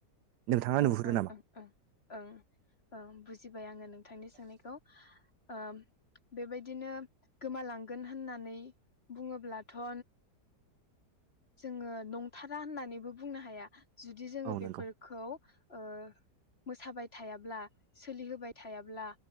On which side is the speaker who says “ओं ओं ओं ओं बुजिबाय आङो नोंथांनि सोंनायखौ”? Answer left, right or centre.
Left